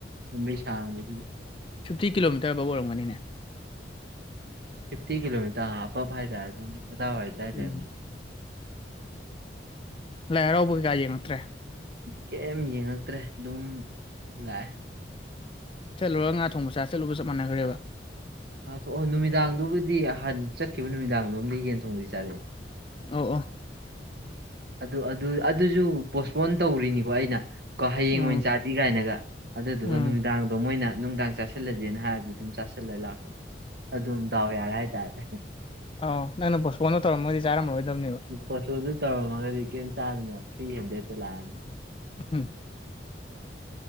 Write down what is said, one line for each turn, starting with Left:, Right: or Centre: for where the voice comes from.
Right: ꯂꯝꯕꯤ ꯁꯥꯡꯕꯗꯨꯗꯤ
Left: ꯐꯤꯞꯇꯤ ꯀꯤꯂꯣꯃꯤꯇꯔ ꯑꯕꯥꯞ ꯑꯣꯏꯔꯒꯅꯤꯅꯦ꯫
Right: ꯐꯤꯐꯇꯤ ꯀꯤꯂꯣꯃꯤꯇꯔ ꯑꯕꯞ ꯍꯥꯏꯇꯥꯔꯦ ꯑꯗꯨꯝ ꯑꯗꯥꯋꯥꯏꯗꯥꯏ ꯂꯩꯕꯗꯣ꯫
Left: ꯎꯝ ꯂꯥꯏ ꯍꯔꯥꯎꯕ ꯀꯩꯀꯥ ꯌꯦꯡꯉꯛꯇ꯭ꯔꯦ꯫
Right: ꯀꯩꯝ ꯌꯦꯡꯉꯛꯇ꯭ꯔꯦ ꯑꯗꯨꯝ ꯂꯥꯛꯑꯦ꯫
Left: ꯆꯠꯂꯨꯔꯒ ꯉꯥ ꯊꯣꯡ ꯆꯥ ꯆꯥꯠꯂꯨꯕꯒ ꯆꯞ ꯃꯥꯟꯅꯈ꯭ꯔꯦꯕ꯫
Right: ꯑꯥ ꯊꯣꯛꯑꯣ ꯅꯨꯃꯤꯗꯥꯡꯗꯨꯕꯨꯗꯤ ꯍꯍꯥꯟ ꯆꯠꯈꯤꯕ ꯅꯨꯃꯤꯗꯥꯡꯗꯣꯝꯗꯤ ꯌꯦꯟ ꯊꯣꯡꯕꯗꯤ ꯆꯥꯔꯛꯑꯦ
Left: ꯑꯧꯎ ꯑꯣ
Right: ꯑꯗꯨ ꯑꯗꯨ ꯑꯗꯨꯁꯨ ꯄꯣꯁꯄꯣꯟ ꯇꯧꯔꯤꯅꯤꯀꯣ ꯑꯩꯅ꯫ ꯀꯣ ꯍꯌꯦꯡ
Left: ꯎꯝ
Right: ꯑꯣꯏꯅ ꯆꯥꯁꯤ ꯀꯥꯏꯅꯒ ꯑꯗꯨꯗꯨꯒ
Left: ꯎꯝ
Right: ꯅꯨꯡꯗꯥꯡ ꯑꯗꯣ ꯃꯣꯏꯅ ꯅꯨꯡꯗꯥꯡ ꯆꯥꯥꯁꯜꯂꯁꯦꯅ ꯍꯥꯏꯔꯗꯤ ꯑꯗꯨꯝ ꯆꯥꯥꯁꯜꯂꯒ ꯂꯥꯛꯄ ꯑꯗꯨꯝ ꯗꯥꯎ ꯌꯥꯔꯦ ꯍꯥꯏꯇꯥꯔꯦ꯫
Left: ꯑꯣ ꯅꯪꯅ ꯄꯣꯁꯄꯣꯟꯗꯣ ꯇꯧꯔꯝꯃꯣꯏꯗꯤ ꯆꯥꯔꯝꯃꯔꯣꯏꯗꯕꯅꯦꯕ꯫
Right: ꯄꯣꯠꯁꯣꯗꯨ ꯇꯧꯔꯝꯃꯒꯗꯤ ꯀꯔꯤꯝ ꯆꯥꯗꯅ ꯐ꯭ꯔꯤ ꯍꯦꯟꯗꯦꯗꯠꯇ ꯂꯥꯛꯑꯅꯤ꯫
Left: ꯎꯝ <unintelligible>